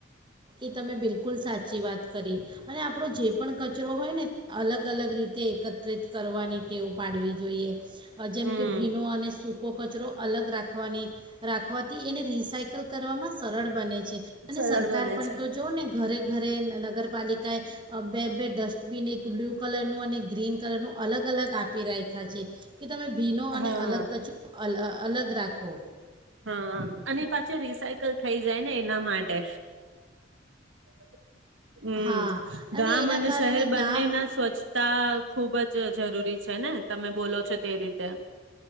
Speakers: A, on the right (about 25°); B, on the right (about 85°).
A: એ તમે બિલકુલ સાચી વાત કરી. અને આપણો જે પણ કચરો હોયને અલગ અલગ રીતે એકત્રિત કરવાની ટેવ પાડવી જોઈએ. જેમ
B: હમ
A: કે ભીનો અને સુખો. કચરો અલગ રાખવાની રાખવાથી એને રિસાયકલ કરવામાં સરળ બને છે. છે અને
B: સરળ
A: સરકાર.
B: બને
A: પણ
B: છે
A: તો જો ને ઘરે ઘરે નગરપાલિકા <unintelligible> બે બે ડસ્ટબિન એક બ્લુ કલર નું અને ગ્રીન કલર નું અલગ અલગ આપી રાખ્યા છે. કે તમે ભીનો અને
B: હા
A: અલગ કચો અલ અલગ રાખો.
B: હા અને પાછો રિસાયકલ થઈ જાયને એના માટે. <inaudible> હમ્મ
A: હા
B: ગામ
A: એના
B: અને
A: કારણે
B: શહેર બંને
A: ગામ
B: ના સ્વચ્છતા ખુબ જ જ જરૂરી છે ને તમે બોલો છો તે રીતે. ત.